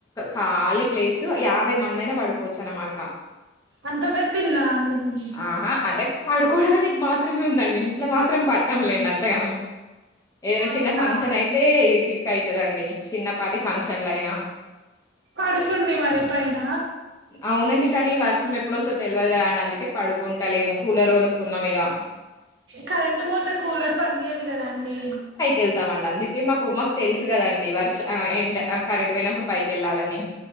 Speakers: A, on the left; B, on the right.
A: ఖాళీ ప్లేసు యాభై మంది అయినా పడుకోవచ్చు అనమాట
B: అంత పెద్ద ఇల్లా అండి మీది
A: ఆహా అంటే పడుకోడానికి మాత్రమే ఉందండి ఇంట్లో మాత్రం పట్టం లేండి, అంతగానం ఏదనా
B: అవునా
A: చిన్న ఫంక్షన్ అయితే ఇరికిరికి అవుతదండి చిన్నపాటి ఫంక్షన్లయినా
B: పడుకోండి మరి పైన
A: అవునండి కానీ వర్షం ఎప్పుడు వాస్తదో తెలవదు కదా అండి అందుకే పడుకుంటలేము కూలర్ కొనుక్కున్నాం ఇగా
B: కరెంట్ పోతే కూలర్ పనిచ్చెయదు కదాండి
A: వెళ్తామండి అందుకే మాకు మాకు తెలుసు కదండి వర్ష ఎండ్ కరెంట్ పోయినప్పుడు పైకి వెళ్ళాలని